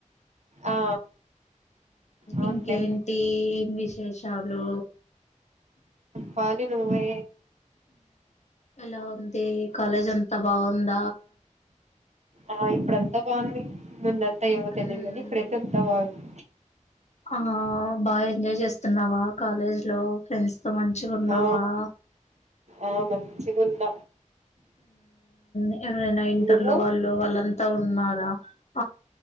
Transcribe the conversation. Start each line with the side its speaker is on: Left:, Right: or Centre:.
Right: ఆ అవునులే
Left: ఇంకేంటి ఏం విశేషాలు
Right: పాలి నువ్వే
Left: ఎలా ఉంది కాలజ అన్ంత బా అంద
Right: ఆ ఇప్పుడంతా బాగుంది ముందంత అంత ఏమో
Left: ఉమ్,
Right: తెలియదు కానీ ప్రతి ఎంతా బాగుంది
Left: ఆ బాగా ఎంజాయ్ చేస్తున్నావా కాలేజ్ లో ఫ్రెండ్స్ తో మంచిగా ఉన్నావా
Right: ఆ ఆ మంచిగా ఉన్న
Left: ఆ ఎవరైనా ఇంటర్లో
Right: నువ్వు
Left: వాళ్ళు వాళ్ళంతా ఉన్నారు ా